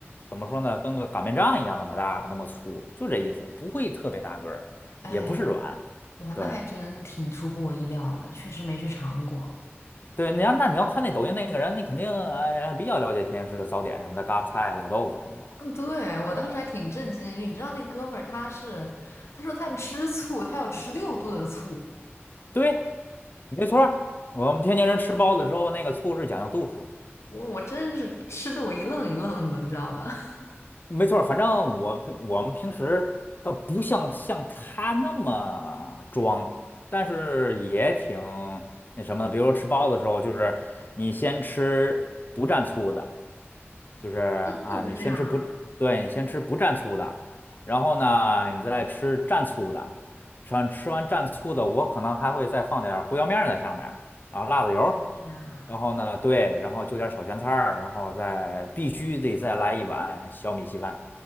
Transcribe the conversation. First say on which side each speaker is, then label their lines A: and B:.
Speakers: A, on the left (about 45°); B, on the left (about 75°).
A: 怎么说呢，跟个擀面杖一样那么大吧，那么粗，就这意思，不会特别大个儿，
B: 哎，
A: 也不是软。
B: 哇，
A: 对
B: 那还真挺出乎我意料的，确实没去尝过。
A: 对，你要那你要看那抖音那个人，你肯定哎比较了解天津市的早点什么的，嘎巴菜啊、老豆腐什么的。
B: 嗯，对，我当时还挺震惊的，因为你知道那哥们儿他是，他说他吃醋，他要吃六度的醋，
A: 对，没错儿我们天津人吃包子的时候，那个醋是讲究度数的。
B: 我我真是吃的我一愣一愣的，你知道吗？<laughs>
A: 没错儿，反正我平我们平时倒不像像他那么装，但是也挺那什么的。比如说吃包子的时候，就是你先吃不蘸醋的，就是啊，
B: 真的会这样啊！
A: 你先吃不蘸，对，你先吃不蘸醋的，然后呢，你再吃蘸醋的，吃完吃完蘸醋的，我可能还会再放点儿胡椒面儿在上面儿，然后辣子油儿，
B: 天啊，
A: 然后呢，对，然后就点儿小咸菜儿，然后再必须得再来一碗小米稀饭。